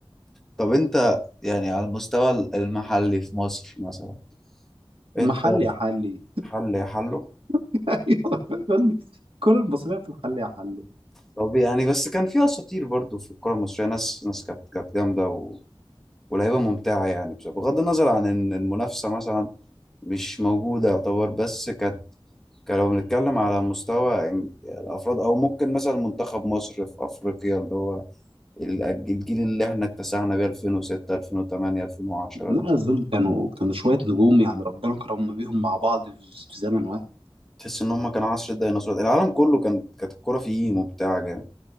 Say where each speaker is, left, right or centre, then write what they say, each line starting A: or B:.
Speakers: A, in the centre; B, on the right (about 75°).
A: طب انت يعني على المستوى المحلي في مصر مثلا
B: محل
A: انت
B: يا حلي
A: حل يا حلو
B: <laughs> ايوه الكره المصريه في الحل يا حلو
A: طب يعني بس كان فيها اساطير برضو في الكره المصريه ناس ناس كانت كانت جامده و... ولعيبه ممتعه يعني بس بغض النظر عن ان المنافسه مثلا مش موجوده يعتبر بس كانت كان لو بنتكلم على مستوى إن- الافراد او ممكن مثلا منتخب مصر في افريقيا اللي هو ال- الجيل اللي احنا اكتسحنا بيه 2006 2008 2010
B: لا
A: ده
B: أظن كانوا كانوا شوية نجوم يعني ربنا كرمنا بيهم مع بعض في في زمن واحد
A: تحس ان هم كانوا عصر الديناصورات العالم كله كان كانت الكوره فيه ممتعه جامد